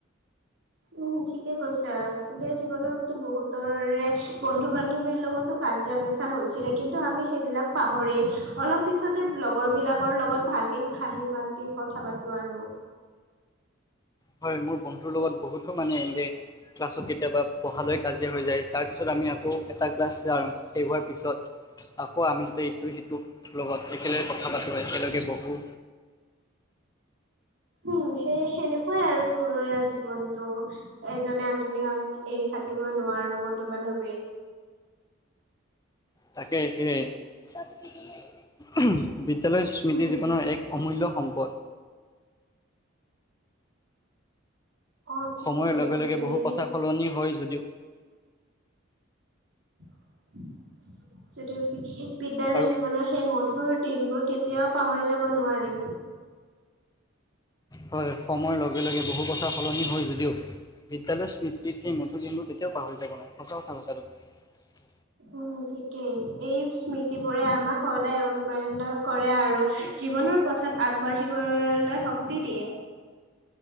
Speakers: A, on the right; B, on the left.
A: উম ঠিকে কৈছা স্কুলীয়া জীৱনতো বহুতৰে বন্ধু বান্ধৱীৰ লগতো কাজিয়া পেচাল হৈছিলে কিন্তু আমি সেইবিলাক পাহৰি অলপ পিছতে লগ লগৰ বিলাকৰ লগত ভালকে খাহি মাতি কথা পাতো আৰু।
B: হয় মোৰ বন্ধুৰ লগত বহুতো মানে এনেকৈ ক্লাছত কেতিয়াবা পঢ়ালৈ কাজিয়া হৈ যায়, তাৰপিছত আমি আকৌ, এটা ক্লাছ যাম শেষ হোৱাৰ পিছত আকৌ আমি যতে ইটো সিটোৰ লগত একেলগে কথা পাতোঁ একেলগে বহোঁ।
A: উম সেই সেনেকুৱাই আৰু স্কুলীয়া জীৱনটো। এজনে আনজনীক আমি এৰি থাকিবই নোৱাৰো বন্ধু বান্ধৱীৰ।
B: তাকে সেইয়াই। <unintelligible> বিদ্যালয় স্মৃতি
A: উম,
B: জীৱনৰ এক অমূল্য সম্পদ।
A: অ' ঠিকেই
B: সময়ৰ
A: কৈছা
B: লগে
A: তুমি
B: লগে বহু
A: বিদ
B: কথা সলনি হয় যদি <inaudible>
A: <inaudible> যদিও বিশেষ বিদ্যালয়
B: আৰু
A: জীৱনৰ সেই মঠ তোৰ দিনবোৰ কেতিয়াও পাহৰি যাব নোৱাৰি।
B: হয় সময়ৰ লগে লগে বহু কথা সলনি হয় যদিও, বিদ্যালয় স্মৃতিত সেই মধু দিনবোৰ কেতিয়াও পাহৰি যাব নোৱাৰি। সঁচা কথা কৈছা তুমি।
A: উম ঠিকেই। এই স্মৃতি বোৰে আম আমাক সদায় অনুপ্ৰেৰণা কৰে আৰু জীৱনৰ পথত আগবাঢ়িবলৈ তি দিয়ে।